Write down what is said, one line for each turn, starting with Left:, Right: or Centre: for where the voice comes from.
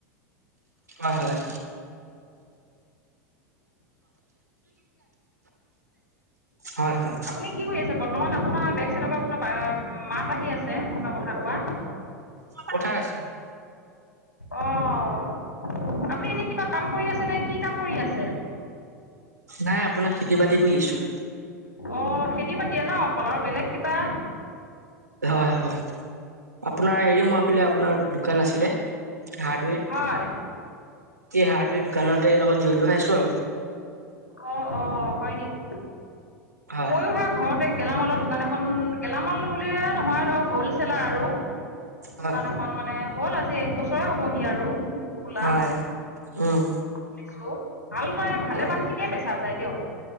Right: হয়, হয়। হয়। হয়।
Left: আপুনি কি কৰি আছে? বৰ্তমান আপোনাৰ বেগ চাইডৰ পৰা কোনবা বা মাত আহি আছে কোনোবা কথা কোৱা। আ
Right: পথাৰ আছিল।
Left: অ' আপুনি এনে কিবা কাম কৰি আছে নে কি কাম কৰি আছে?
Right: নাই। আপোনাৰ খেতি বাতি কৰি আছোঁ।
Left: অ, ' খেতি বাতি ন' অকল আৰু বেলেগ কিবা?
Right: হয়। হয়। আপোনাৰ এৰি মুৱাফালে আপোনাৰ দোকান আছিলে। হাৰ্ডৱেৰ।
Left: হয়।
Right: এই হাৰ্ডৱেৰ দোকানতে লগত জড়িত হৈ আছোঁ আৰু।
Left: অ', অ', হয় নেকি?
Right: হয়
Left: ময়ো সেই ঘৰতে গেলামালৰ দোকান এখন গেলামাল বুলিয়ে নহয় ধৰক, হ'লচেলাৰ আৰু দোকান
Right: হয়
Left: এখন মানে হ'ল আজি, এক বছৰে হ'বহি আৰু। খোলা
Right: হয়। উম।
Left: খুলিছো। ভাল যায়। ভালে
Right: হয়
Left: মানখিনিয়ে বেচা যায় দিয়ক।